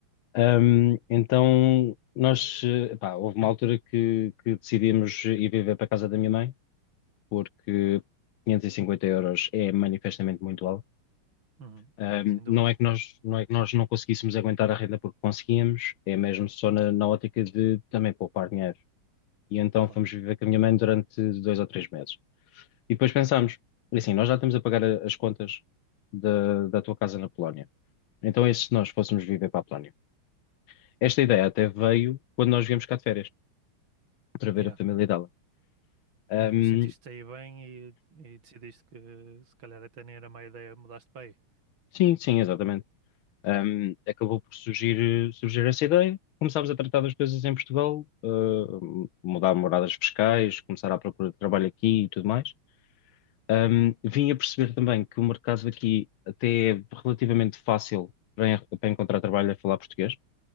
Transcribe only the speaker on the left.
Ahm, então, nós, eh, pá, houve uma altura que, que decidimos ir viver para a casa da minha mãe, porque 550 euros é manifestamente muito alto.
Um,
não é que nós, não é que nós não conseguíssemos aguentar a renda porque conseguíamos, é mesmo só na, na ótica de também poupar dinheiro. E então
fomos viver com a minha mãe durante dois ou três meses. E depois pensámos, assim, nós já estamos a pagar a- as contas da, da tua casa na Polónia. Então é se nós fôssemos viver para a Polónia. Esta ideia até veio quando nós viemos cá de férias, para
ver a família dela. Um,
sim, sim, exatamente. Um, acabou por surgir, surgir essa ideia. Começámos a tratar das coisas em Portugal, uh, mudar moradas fiscais, começar à procura de trabalho aqui e tudo mais. Um, vim a perceber também que o mercado aqui até é relativamente fácil para, en- para encontrar trabalho a falar português,